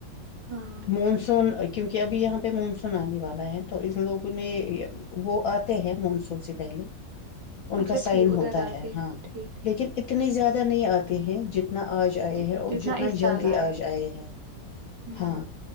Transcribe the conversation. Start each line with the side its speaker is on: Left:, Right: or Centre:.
Right: ہاں
Left: مونسون کیونکہ ابھی یہاں پہ مانسون آنے والا ہے تو ان لوگوں نے وہ آتے ہیں مانسون سے پہلے ان
Right: اچھا
Left: کا سائن
Right: ٹھیک
Left: ہوتا
Right: ادھر آتے
Left: ہے
Right: ہیں،
Left: ہاں
Right: ٹھیک
Left: لیکن اتنا اتنے زیادہ نہیں آتے ہیں جتنے جتنا آج آئے
Right: ٹھیک
Left: ہیں
Right: ج-
Left: اور جتنا
Right: اس سال
Left: جلدی آج
Right: آئے ہیں
Left: جائے ہے
Right: ہوں
Left: ہاں